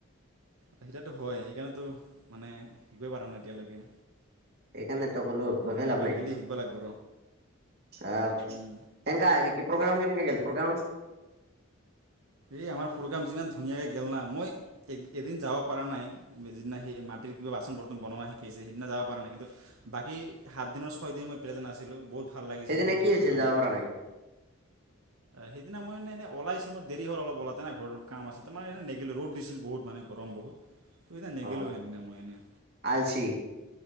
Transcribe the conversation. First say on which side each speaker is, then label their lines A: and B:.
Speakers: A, on the right (about 80°); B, on the right (about 45°).
A: সেইতিাতো হয়। সেইকাৰণেতো মানে শিকৱই পাৰা নাই এতিয়ালৈকে।
B: সেইকাৰণে তই ক'লো। ভয়
A: মানে
B: খাই লাভ
A: এইবাৰ
B: নাই,
A: গেলি শিকিব লাগিব
B: আ
A: ৰ
B: তেনেক আহে কি? প্ৰগ্ৰাম কেনেক গ'ল, প্ৰগ্ৰাম?
A: এই আমাৰ প্ৰগ্ৰাম যিমান ধুনীয়াকৈ গেল না মই এদিন যাব পৰা নাই, যিদিনা সেই মাটিৰ কিবা বাচন বৰ্তন বনোৱা শিকাইছে সেইদিনা যাব পৰা নাই। কিন্তু বাকী সাতদিনৰ ছয় দিন মই প্ৰেজেন্ট আছিলো, বহুত ভাল লাগিছে
B: সেইদিনা
A: মোৰ অভিজ্ঞতামতে,
B: কি হৈছিল যাব পৰা নাই
A: সিদিনা মই মানে এনেই ওলাইছোঁ মই দেৰি হ'ল অলপ ওলাতেনে ঘৰৰ কাম আছিল ত' মানে নেগিল ৰ'দ দিছিল বহুত মানে গৰম বহুত। ত' সেইদিনা নেগেলো
B: অ
A: সেইদিনা মই এনেই,
B: আলচি